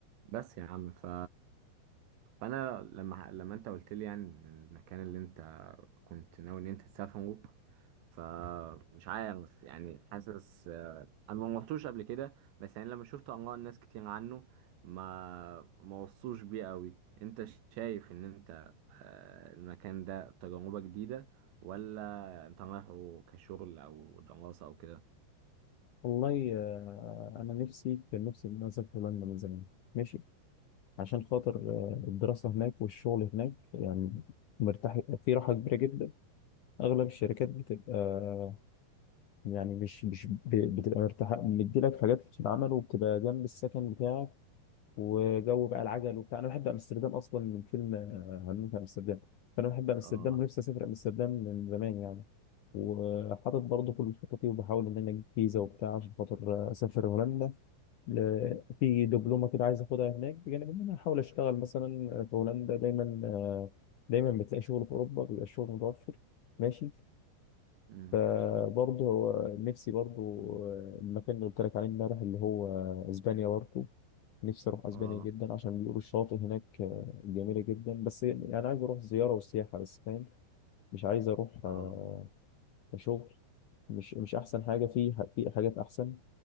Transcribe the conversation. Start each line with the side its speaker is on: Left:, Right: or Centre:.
Right: بس يا عم ف... فانا لما لما انت قلت لي يعني المكان اللي انت كنت ناوي ان انت تسافره فمش عارف يعني حاسس انا ما رحتوش قبل كده بس يعني لما شفت اراء الناس كتير عنه ما ما وصوش بيه قوي انت شايف ان انت آه، المكان ده تجربة جديدة ولا انت رايحه كشغل او دراسة او كده
Left: والله آه، انا نفسي كان نفسي ان انا اسافر هولندا من زمان ماشي عشان خاطر آه، الدراسه هناك والشغل هناك يعني مرتاح في راحه كبيره جدا اغلب الشركات بتبقى آه، يعني مش مش ب- بتبقى مرتاحه مديلك حاجات في العمل وبتبقى جنب السكن بتاعك وجو بقى العجل وبتاع انا بحب امستردام اصلا من فيلم آه، همام في امستردام فانا بحب امستردام
Right: اه
Left: ونفسي اسافر امستردام من زمان يعني وحاطط برضه كل خططي وبحاول ان انا اجيب فيزا وبتاع عشان خاطر آه، اسافر هولندا ل- في دبلومه كده عايز اخدها هناك بجانب ان انا احاول اشتغل مثلا في هولندا دايما آه، دايما بتلاقي شغل في اوروبا بيبقى الشغل متوفر ماشي
Right: أمم.
Left: فبرضه هو نفسي برضه آه، المكان اللي قلت لك عليه امبارح اللي هو اسبانيا برضه نفسي اروح اسبانيا
Right: اه
Left: جدا عشان بيقولوا الشواطئ هناك آه، جميله جدا بس يعني عايز اروح زياره وسياحه بس فاهم مش عايز اروح
Right: اه
Left: آه، شغل مش مش احسن حاجه في في حاجات احسن